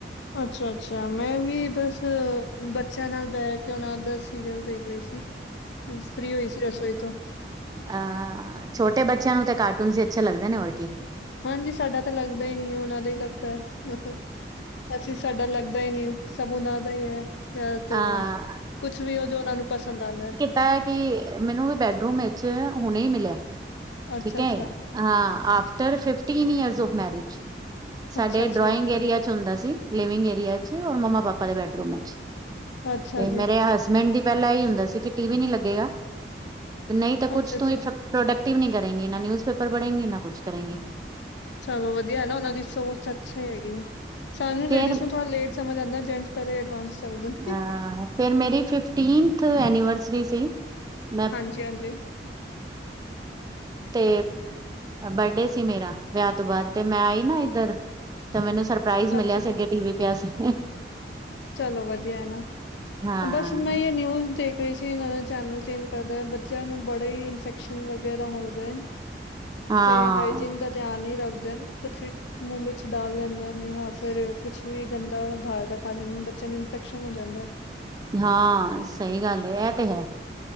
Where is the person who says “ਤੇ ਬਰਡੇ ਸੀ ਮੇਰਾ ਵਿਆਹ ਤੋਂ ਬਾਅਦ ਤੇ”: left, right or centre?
Right